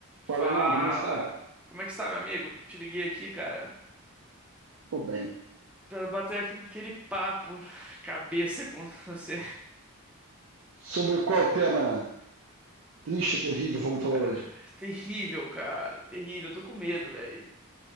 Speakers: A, in the centre; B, on the right.
A: Fala!
B: Fala, irmão, como é que está?
A: Como é que está, meu amigo? Te liguei aqui, cara,
B: Tô bem.
A: pra bater aqui aquele papo cabeça com você.
B: Sobre qual tema triste, terrível vamos falar hoje?
A: <laughs> Terrível, cara, terrível. Eu Tô com medo, velho.